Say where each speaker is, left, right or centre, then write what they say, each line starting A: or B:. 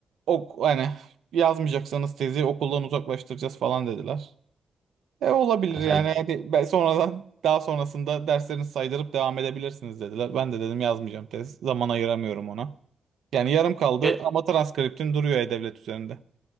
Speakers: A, on the right (about 85°); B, on the right (about 15°).
A: ok yani yazmayacaksanız tezi okuldan uzaklaştıracağız falan dediler. E olabilir
B: E
A: yani.
B: sen
A: Yani ben sonradan daha sonrasında derslerinizi saydırıp devam edebilirsiniz dediler. Ben de dedim yazmayacağım tez. Zaman ayıramıyorum ona. Yani yarım kaldı
B: Ke-
A: ama transkriptim duruyor e-devlet üzerinde.